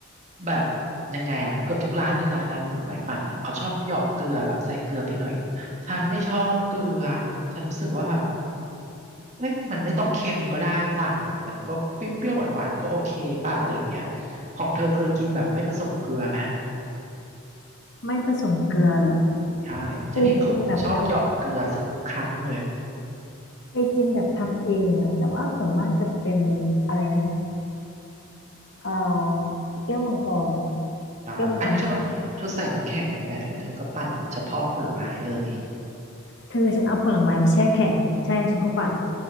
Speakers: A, on the right; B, on the left.
A: แบบยังไงอ่ะเกือบทุกร้านเลยนะร้านผลไม้ปั่นอ่ะเขาชอบเหยาะเกลือแบบใส่เกลือไปหน่อยหนึ่งฉันไม่ชอบเกลือฉันรู้สึกว่าแบบ เอ้ยมันไม่ต้องเค็มก็ได้ป่ะแบบมันก็เปรี้ยวๆหวานๆก็โอเคป่ะอะไรอย่างเงี้ยของเธอเคยกินแบบไม่ผสมเกลือไหม
B: ไม่ผสมเกลือเหรอ
A: ใช่ฉันเห็นเขาชอบเหยาะเกลือสุกทุกครั้งเลย
B: เคยกินแบบทำเคยกินแบบทำเองอะแต่ว่าส่วนมากจะเป็นอะไรนะเออแก้วมังกร
A: อ่าอันนี้เธอเธอใส่น้ำแข็งด้วยไหมหรือว่าเธอก็ปั่นแบบเฉพาะผลไม้เลย
B: แก้วมังกรปั่นเธอฉันเอาผลไม้ไปแช่แข็งใช่ฉันก็ปั่น